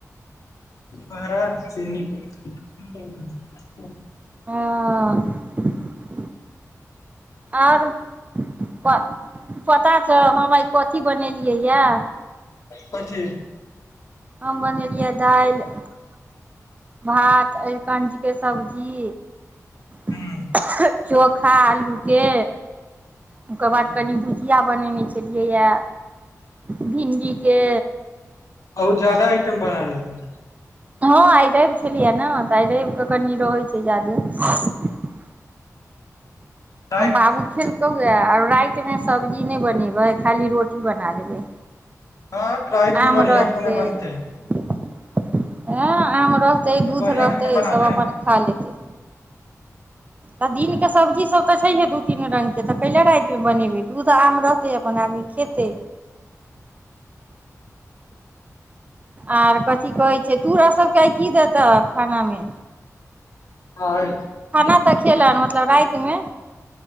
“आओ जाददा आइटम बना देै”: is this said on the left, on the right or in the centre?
Left